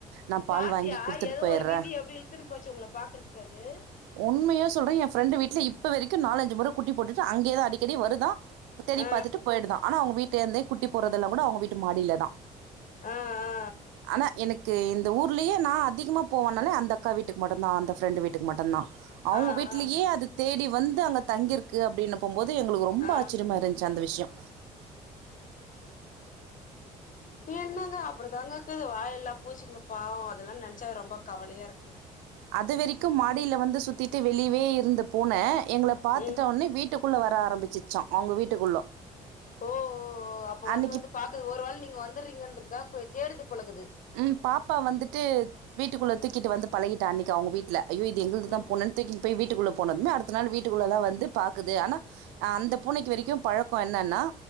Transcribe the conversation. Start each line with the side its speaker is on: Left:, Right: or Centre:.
Right: நா
Left: பாத்தியா
Right: பால் வாங்கி குடுத்துட்டு
Left: எதோ
Right: போயிட்றே
Left: ஒரு விதி எப்டி இழுத்துன்னு போச்சு உங்கள பாக்குறதுக்கு அது
Right: உண்மையா சொல்றே எ ஃப்ரெண்டு வீட்ல இப்ப வரிக்கு நாலஞ்சு முற குட்டி போட்டுசா அங்கேதா அடிக்கடி வருதா தேடி
Left: ஆ
Right: பாத்துட்டு போய்டுதா ஆனா அவுங்க வீட்டந்தே குட்டி போறதல்லாகூட அவுங்க விட்டு மாடிலதா
Left: ஆ ஆ
Right: ஆனா எனக்கு இந்த ஊர்லயே நா அதிகமா போவனாலே அந்த அக்கா வீட்டுக்கு மட்டுதா அந்த ஃப்ரெண்டு வீட்டுக்கு மட்டுதா அவுங்க
Left: ஆ
Right: வீட்லயே
Left: ஆ ஆ
Right: அது தேடி வந்து அங்க தங்கிருக்கு அப்டின்னு போம்போது எங்களுக்கு ரொம்ப
Left: ஆ ஆ
Right: ஆச்சிரியமாக இருந்துச்ச அந்த விஷ்யோ
Left: தியுந்தாங்க அப்படி தங்க இக்குது வாயெல்லா பூச்சிங்க பாவோ அதெல்லா நனச்சாவே ரொம்ப கவலையா இருக்குங்க
Right: அது வரிக்கு மாடில வந்து சுத்திட்டு வெளியவே இருந்த பூன எங்கள பாத்துட்ட
Left: ம்
Right: உட்னே வீட்டுக் குள்ள வர ஆரம்பிச்சிச்சா அவுங்க வீட்டுக்குள்ள
Left: ஓ ஒ ஒ அப்ப வந்து
Right: அன்னைக்கு
Left: வந்து பாக்குது ஒரு வேல நீங்க வந்துற்றீங்கன்றதுக்காக போய் தேடுது போல இக்குது
Right: ம் பாப்பா வந்துட்டு வீட்டுக்குள்ள
Left: ம்
Right: தூக்கிட்டு வந்து பழகிட்டா அன்னிக்க அவுங்க வீட் ல ஐயோ இது எங்குள்துதா
Left: ம்
Right: பூனன் தூக்கின் போய் வீட்டுக்குள்ள போனதுமே அடுத்த நாள் வீட்டுக்குள்ளலா வந்து பாக்குது ஆனா அந்த பூனைக்கு வரிக்கு பழக்கோ என்னன்னா